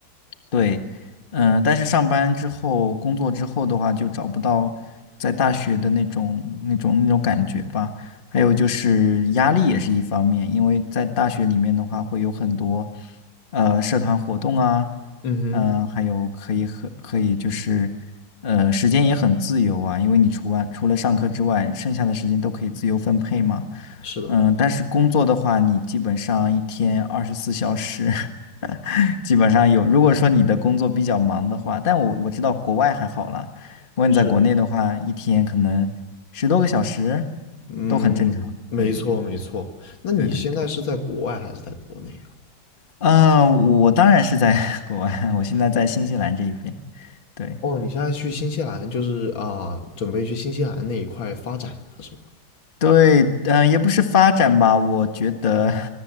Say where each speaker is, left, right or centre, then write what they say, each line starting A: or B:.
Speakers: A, on the left; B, on the left.
A: 对，嗯、但是上班之后，工作之后的话，就找不到在大学的那种、那种、那种感觉吧。还有就是压力也是一方面，因为在大学里面的话，会有很多呃社团活动啊，
B: 嗯哼，
A: 嗯、还有可以和可以就是呃时间也很自由啊，因为你除外除了上课之外，剩下的时间都可以自由分配嘛。
B: 是的，
A: 嗯，但是工作的话，你基本上一天二十四小时，<laughs> 基本上有。如果说你的工作比较忙的话，但我我知道国外还好啦。如果你在国内的话，
B: 是。
A: 一天可能十多个小时
B: 嗯，
A: 都很正常。
B: 没错没错。
A: 对，
B: 那你现在是在国外还是在国内啊？
A: 对对对。嗯、我当然是在 <laughs> 国外，<laughs> 我现在在新西兰这一边。对，
B: 哦，你现在去新西兰，就是啊、准备去新西兰那一块发展了，是吗？
A: 对，嗯、也不是发展吧，我觉得，